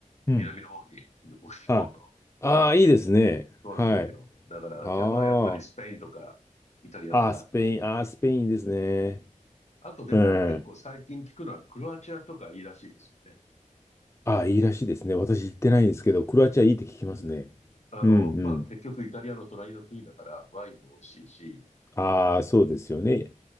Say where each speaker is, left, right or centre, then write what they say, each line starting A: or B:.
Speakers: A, on the left; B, on the left.
A: うん。
B: 南の方に旅行に行こうと言ってる。
A: はい。ああ、いいですね。
B: そうなんですよ。
A: はい。
B: だから、
A: ああ。
B: いや、まあやっぱりスペインとかイタリアとか、
A: ああ、スペイン。ああ、スペインですね。
B: あとでも結構最近聞くのはクロアチアとかいいらしいですよね。
A: うん。ああ、いいらしいですね。私行ってないんですけど、クロアチアいいって聞きますね。
B: うん。あの、
A: うんうん。
B: まあ結局イタリアの隣の国だからワインも美味しいし、
A: ああ、そうですよね。